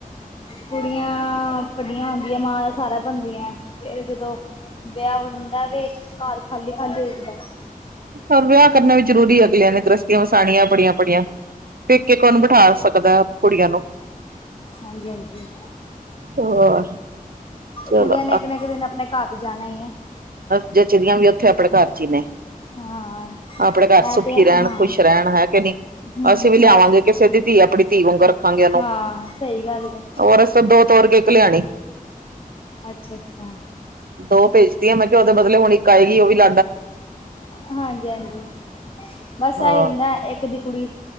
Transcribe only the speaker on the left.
ਕੁੜੀਆਂ ਵੱਡੀਆਂ ਹੁੰਦੀਆਂ ਮਾਂ ਦਾ ਸਾਰਾ ਬਣਦੀਐਂ। ਫੇਰ ਜਦੋ ਵਿਆਹ ਹੁੰਦਾ ਵੇ, ਘਰ ਖ਼ਾਲੀ-ਖ਼ਾਲੀ ਹੋ ਜਾਂਦਾ।
ਹਾਂਜੀ-ਹਾਂਜੀ
ਕੁੜੀਆਂ ਨੇ ਇੱਕ ਨੇ ਇੱਕ ਨਾ ਇੱਕ ਦਿਨ ਆਪਣੇ ਘਰ ਤੇ ਜਾਣਾ ਈ ਐ।
ਹਾਂ
ਇਹ
ਤੇ ਹਾਂ
ਹਮ
ਇਹ
ਹਾਂ ਸਹੀ ਗੱਲ ਹੈ
ਅੱਛਾ-ਅੱਛਾ।
ਹਾਂਜੀ-ਹਾਂਜੀ ਬਸ
ਇਹੀ ਹੁੰਦਾ ਇੱਕ ਕਦੀਂ ਕੁੜੀ